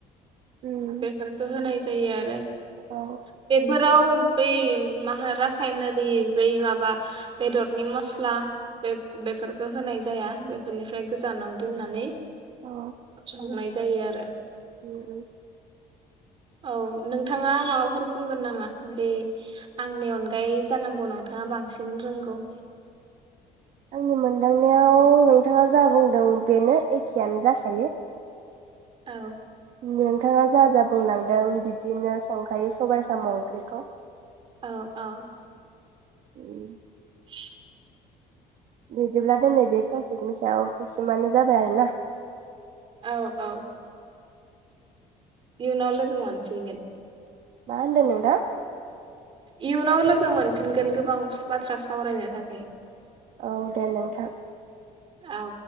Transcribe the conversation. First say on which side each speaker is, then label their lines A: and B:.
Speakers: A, on the right; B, on the right.
A: उम
B: बेफोरखौ होनाय जायो आरो।
A: औ
B: बै मा रासायनारि बै माबा बेदरनि मस्ला बे बेफोरखौ होनाय जाया बेफोरनिफ्राय गोजानाव दोननानै
A: औ
B: संनाय जायो आरो
A: उम
B: औ नोंथाङा माबाफोर बुंगोन नामा बे आंनि अनगायै जानांगौ नोंथाङा बांसिन रोंगौ।
A: आंनि मोनदांनायाव नोंथाङा जा बुंदों बेनो एखेयानो जाखायो
B: औ
A: नोंथाङा जा जा बुंलांदों बिदिनो संखायो। सबाय साम ओंख्रिखौ।
B: अ औ
A: उम
B: <inaudible>
A: बिदिब्ला दिनै बे टपिकनि सायाव बेसिमानो जाबाय आरोना
B: औ औ इउनाव लोगों मोनफिनगोन
A: मा होनदों नोंथां?
B: इयुनाव लोगो मोनफिनगोन गोबां बाथ्रा सावरायनो थाखाय।
A: औ दे नोंथां।
B: औ